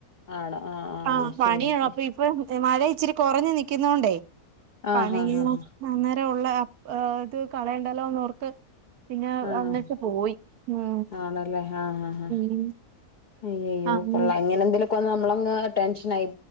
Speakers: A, on the left; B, on the right.
A: ആണോ ആ ആ
B: ആഹ് പണിയുള്ളപ്പൊ
A: ശരി ശരി
B: ഇപ്പൊ മഴ ഇച്ചിരി കുറഞ്ഞു നിക്കുന്നോണ്ടേ
A: ആഹ്
B: <unintelligible>
A: ആഹ് ആഹ്
B: ള്ള ഇത് കളയണ്ടല്ലോന്നർത്ത് പിന്നെ
A: ആഹ്
B: അങ്ങട്ട് പോയി ഉം
A: ആണല്ലേ ആഹ് ആഹ്
B: ഉം
A: അയ്യയ്യോ
B: അങ്ങനെ
A: കൊള്ളാം ഇങ്ങനെ എന്തേലൊക്കെന്ന് നമ്മളങ് ടെൻഷനാ യി